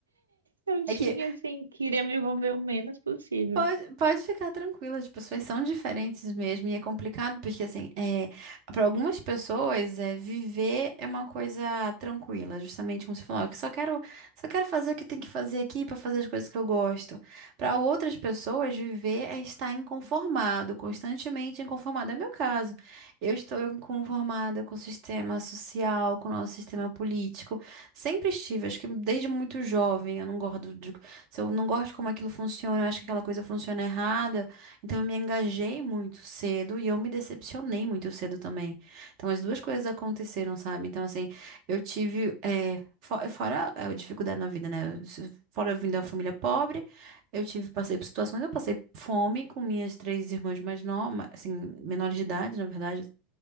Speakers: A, on the right; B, on the right.
A: eu tinha
B: É que
A: assim, queria me envolver o menos possível.
B: Pode, pode ficar tranquila, as pessoas são diferentes mesmo, e é complicado porque, assim, é, para algumas pessoas, é, viver é uma coisa tranquila, justamente como você falou, "Ah, eu só quero, só quero fazer o que tem que fazer aqui para fazer as coisas que eu gosto. Para outras pessoas, viver é estar inconformado, constantemente inconformado. É meu caso, eu estou inconformada com o sistema social, com o nosso sistema político, sempre estive, acho que desde muito jovem, eu não gosto de se eu não gosto de como aquilo funciona, eu acho que aquela coisa funciona errada. Então eu me engajei muito cedo e eu me decepcionei muito cedo também. Então as duas coisas aconteceram, sabe? Então, assim, eu tive. é fo- fora a dificuldade na vida, né? Eu se- Fora eu vim da família pobre, eu tive, passei por situações, eu passei fome com minhas três irmãs mais novas, assim, menores de idade, na verdade.